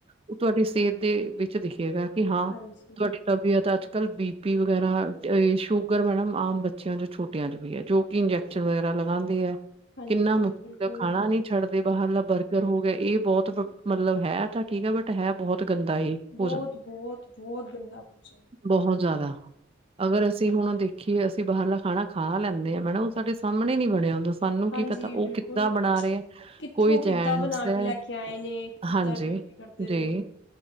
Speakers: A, on the right; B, on the left.
A: ਉਹ ਤੁਆਡੀ ਸੇਹਤ ਦੇ ਵਿਚ ਦਿਖੇਗਾ ਕਿ ਹਾਂ
B: ਹਾਂਜੀ,
A: ਤੁਆਡੇ ਤਬੀਅਤ ਅੱਜ-ਕੱਲ੍ਹ ਬੀ ਪੀ ਵਗੈਰਾ ਅ ਸ਼ੂਗਰ ਮੈਡਮ ਆਮ ਬੱਚਿਆਂ 'ਚ ਛੋਟਿਆਂ 'ਚ ਵੀ ਐ ਜੋ ਕਿ ਇੰਜੈਕ ਇੰਜੈਕਸ਼ਨ ਵਗੈਰਾ ਲਗਾਂਦੇ ਐ।
B: ਹਾਂਜੀ,
A: ਕਿੰਨਾ
B: ਹਾਂਜੀ
A: ਮੁਸ਼ਕਿਲ
B: ਬਿਲਕੁਲ
A: ਖਾਣਾ ਨੀ ਛੜਦੇ ਬਾਹਰਲਾ ਬਰਗਰ ਹੋ ਗਿਆ ਏ ਬੋਤ ਮਤਲਬ ਹੈ ਤਾਂ ਠੀਕ ਆ ਬਟ ਹੈ ਬਹੁਤ ਗੰਦਾ ਏ। ਭੋਜਨ
B: ਬੋਤ-ਬੋਤ-ਬੋਤ ਗੰਦਾ ਪੁੱਛੋ ਨਾ
A: ਬਹੁਤ
B: ਹਾਂਜੀ।
A: ਜ਼ਿਆਦਾ ਅਗਰ ਅਸੀ ਹੁਣ ਦੇਖੀਏ ਅਸੀ ਬਾਹਰਲਾ ਖਾਣਾ ਖਾ ਲੈਂਦੇ ਆ ਮੈਡਮ ਓ ਸਾਡੇ ਸਾਮਣੇ ਨੀ ਬਣਿਆ ਹੁੰਦਾ। ਸਾਨੂੰ ਕੀ
B: ਹਾਂਜੀ
A: ਪਤਾ ਓ
B: ਬਿਲਕੁਲ
A: ਕਿੱਦਾਂ ਬਣਾ ਰੇ ਐ।
B: ਕਿੱਥੋਂ
A: ਕੋਈ ਜੈਂਟਸ
B: ਕਿੱਦਾਂ ਬਣਾ
A: ਐ।
B: ਕੇ ਲੈ ਕੇ ਆਏ ਨੇ ਕਿੱਦਾਂ
A: ਹਾਂਜੀ
B: ਡਿਲੀਵਰੀ ਕਰਦੇ
A: ਜੀ
B: ਪਏ ਨੇ